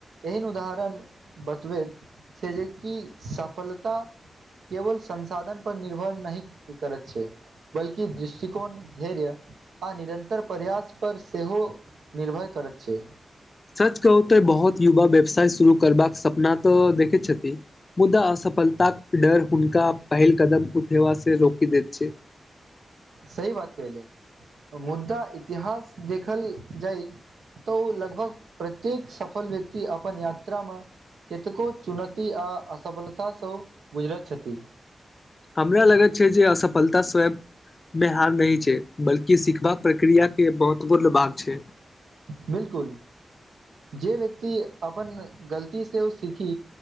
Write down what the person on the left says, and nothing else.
सच कहू तऽ बहुत युवा व्यवसाय शुरू करबाक सपना तऽ देखै छथिन। मुदा असफलताक डर हुनका पहिल कदम उठेबासे रोकि दैत छै
हमरा लगैत छै, जे असफलता स्वयप। मे हार नै छै बल्कि सिखबका प्रक्रिया मके महत्वपूर्ण भाग छै।